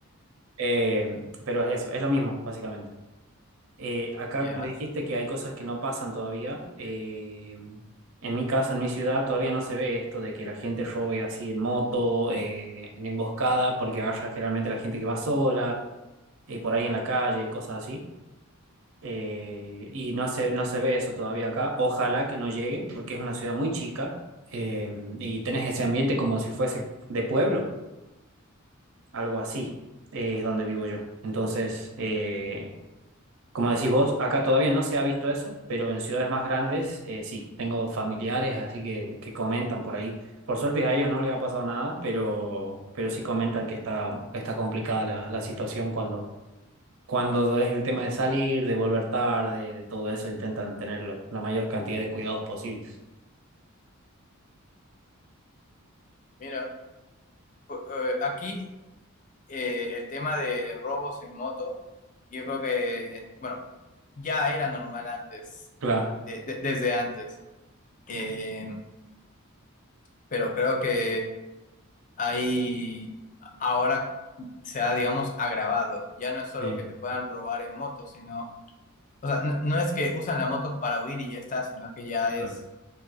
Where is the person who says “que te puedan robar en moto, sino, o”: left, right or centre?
Left